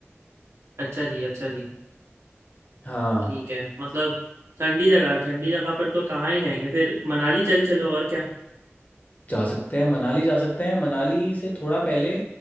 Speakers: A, on the right; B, on the left.
A: अच्छा जी अच्छा जी
B: हाँ
A: ठीक है मतलब ठंडी जगह ठंडी जगह पर तो कहाँ ही जाएंगे फिर मनाली चल चलो और क्या
B: जा सकते हैं मनाली जा सकते हैं मनाली से थोड़ा पहले